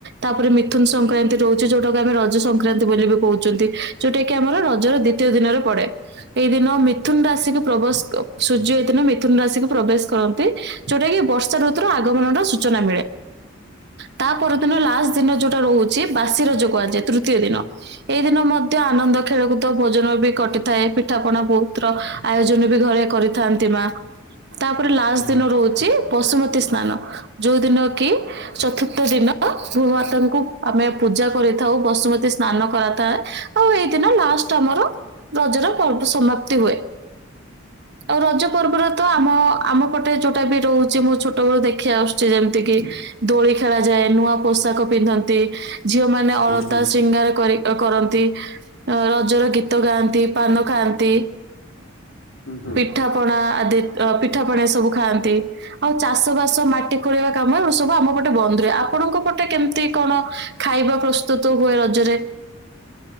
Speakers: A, on the right; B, on the left.
A: ତାପରେ ମଥୁନ ସଂକ୍ରାନ୍ତି ରହୁଛି ଯୋଉଟାକ ଆମେ ରଜ ସଂକ୍ରାନ୍ତି ବୋଲି ବି କହୁଛନ୍ତି ଯୋଉଟା କିି ଆମର ରଜର ଦ୍ୱିତୀୟ ଦିନରେ ପଡେ ଏଇ ଦିନ ମିଥୁନ ରାଶିକୁ ପ୍ରବେଶ ସୂର୍ଯ୍ୟ ଏଇ ଦିନ ମିଥୁନ ରାଶିକୁ ପ୍ରବେଶ କରନ୍ତି। ଯୋଉଟା କି ବର୍ଷା ଋତୁର ଆଗମନ ର ସୂଚନା ମିଳେ ତା ପରଦିନ ଲାଷ୍ଟ ଦିନ ଯୋଉ ରହୁଛି ବାସି ରାଜ କୁହାଯାଏ ତୃତୀୟ ଦିନ ଏଇ ଦିନ ମଧ୍ୟ ଆନନ୍ଦ ଖେଳକୁଦ ଭୋଜନ ବି କ କଟିଥାଏ ପିଠାପଣା ବହୁତ ର ଆୟୋଜନ ବି ଘରେ କରିଥାନ୍ତି ମା। ତାପରେ ଲାଷ୍ଟ
B: ହୁଁ
A: ଦିନ
B: ହୁଁ।
A: ରହୁଛି ବଶୁମତୀ ସ୍ନାନ ଯୋଉ ଦିନ କି ଚତୁର୍ଥ ଦିନ ଭୂ ମାତାଙ୍କୁ ଆମେ ପୂଜା କରିଥାଉ ବସୁମତୀ ସ୍ନାନ କରାଥାଏ ଆଉ ଏଇଦିନ ଲାଷ୍ଟ ଆମର ରଜର ପର୍ବ ସମାପ୍ତି ହୁଏ। ଆଉ ରଜ ପର୍ବରେ ତ ଆମ ଆମ ପଟେ ଯୋଉଟା ବି ରହୁଛି ମୁଁ ଛୋଟବେଳୁ ଦେଖି ଆସୁଛି ଯେମତି କିି ଦୋଳି ଖେଳାଯାଏ, ନୂଆ ପୋଷାକ ପିନ୍ଧନ୍ତି ଝିଅ ମାନେ ଅଳତା
B: ହୁଁ ହୁଁ।
A: ଶିଙ୍ଗାର କରି କରନ୍ତି ରଜର ଗୀତ ଗାନ୍ତି। ପାନ ଖାଆନ୍ତି।
B: ହୁଁ।
A: ପିଠା ପଣା ଆଦି ପିଠା ପଣା ଏ ସବୁ ଖାଆନ୍ତି ଆଉ ଚାଷ ବାସ ମାଟି ଖୋଳେଇିବା କାମ ସବୁ ଆମ ପଟେ ବନ୍ଦ ରୁହେ ଆପଣଙ୍କ ପଟେ କେମିତି? କଣ ଖାଇବା ପ୍ରସ୍ତୁତ ହୁଏ ରଜରେ?